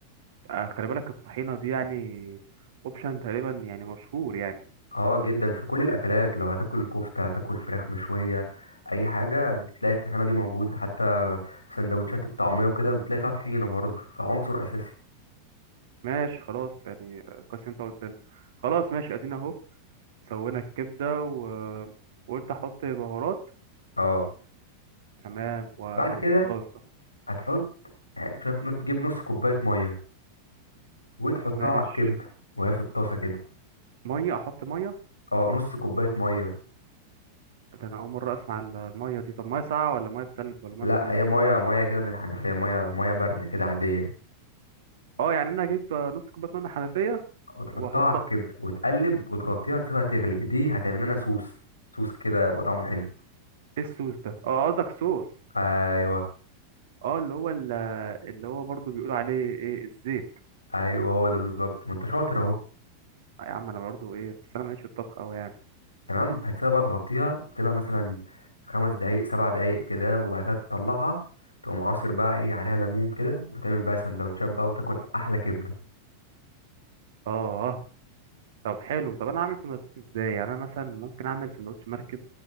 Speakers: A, on the right; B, on the left.
A: آه، خلي بالك الطحينة دي يعني اوبشن تقريبا يعني مشهور يعني
B: اه جدا في كل الاكلات لو هتاكل كفته هتاكل فراخ مشويه اي حاجه تلاقي الطحينه دي موجوده حتى في سندوتشات الطعميه وكده بتلاقي فيها طحينه برضه فعنصر اساسي
A: ماشي خلاص يعني كويس انت قلت لي خلاص ماشي ادينا اهو سوينا الكبده و- وقلت احط بهارات
B: اه
A: تمام واهو
B: بعد كده
A: خلاص
B: هتحط يعني شوف تجيب نص كوبايه ميه وتحطها
A: ماشي
B: على الكبده وهي في الطاسه كده
A: ميه احط ميه
B: اه نص كوبايه ميه
A: ده انا اول مره اسمع ال- الميه دي طب ميه ساقعه ولا ميه بتلج ولا ميه
B: لا
A: بليمون
B: هي ميه ميه كده من الحنفيه ميه ميه بارده كده عاديه
A: اه يعني انا اجيب نص كوبايه ميه من الحنفيه
B: وتحطها
A: واحطها
B: على الكبده وتقلب وتغطيها تسيبها تغلي دي هتعمل لنا صوص صوص كده يبقى طعمه حلو
A: ايه الصوص ده اه قصدك صوص
B: ايوه
A: اه اللي هو ال- اللي هو برضو بيقولوا عليه ايه الزيت
B: ايوه هو ده بالظبط ما انت شاطر اهو
A: آه يا عم انا برضو ايه بس انا ماليش في الطبخ قوي يعني
B: تمام هتسيبها بقى تغطيها تسيبها مثلا خمس دقايق سبع دقايق كده وبعد كده تطلعها تقوم عاصر بقى ايه عليها ليمون كده وتعمل بقى سندوتشات بقى وتاكل احلى كبده
A: اه طب حلو طب انا اعمل سندوتشات ازاي يعني انا مثلا ممكن اعمل سندوتش مركب